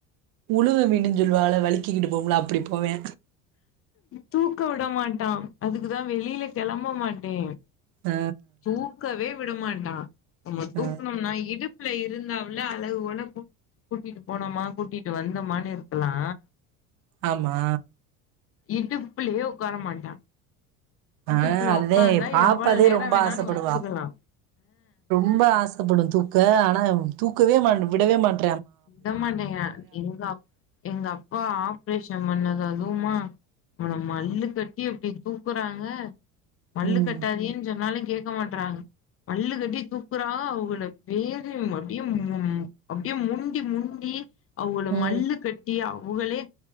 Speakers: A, on the right; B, on the left.
A: உலுவ மீனஞ்சொல்வால வலிக்கிக்கிட்டு போங்குளே அப்டி போவே
B: தூக்க விட மாட்டா அதுக்குதா வெளியில கிளம்ப மாட்டே
A: ஆ
B: தூக்கவே விடமாட்டா நம்ம தூக்கணும்னா
A: ஆ
B: இடுப் ல இருந்தாவுல அழகுபோல கூட் கூட்டிட்டு போனோமா கூட்டிட்டு வந்தோமான்னு இருக்கலா
A: ஆமா
B: இடுப்புலயே ஒக்கார மாட்டா இடுப்புல
A: ஆ அதே
B: ஒக்காந்தா
A: பாப்பாதே
B: எவ்ளவு நேரோ
A: ரொம்ப
B: வேணாலு
A: ஆசப்படுவா
B: வெச்சுக்கலா
A: ரொம்ப ஆசைப்படு தூக்க ஆனா தூக்கவே மாட்ட விடவே மாட்
B: விட மாட்டேங்க எங்க அப் எங்க அப்பா ஆப்ரேஷன் பண்ணது அதுமா அவன மல்லு கட்டி அப்டி தூக்குறாங்க மல்லு
A: ம்
B: கட்டாதீயன்னு சொன்னாலு கேக் க்க மாட்றாங்க மல்லு கட்டி தூக்குறா அவுங்கள பேறு அப்டியே ம் அப்டியே முரு முண்டி முண்டி அவுங்கள
A: ம்
B: மல்லு கட்டி அவுங்களே